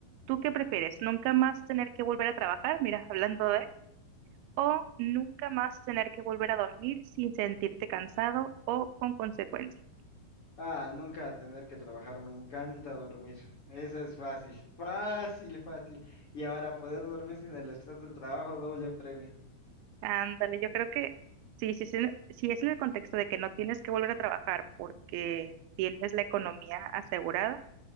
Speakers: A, on the right (about 85°); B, on the left (about 45°).
A: ¿tú qué prefieres? ¿Nunca más tener que volver a trabajar? Mira, <laughs> hablando de... o nunca más tener que volver a dormir sin sentirte cansado o con consecuencias.
B: Ah, nunca tener que trabajar, me encanta dormir. Eso es fácil, fácil, fácil. Y ahora poder dormir sin el estrés del trabajo, doble premio.
A: Ándale, yo creo que sí, sí, sí, si es en el contexto de que no tienes que volver a trabajar porque tienes la economía asegurada,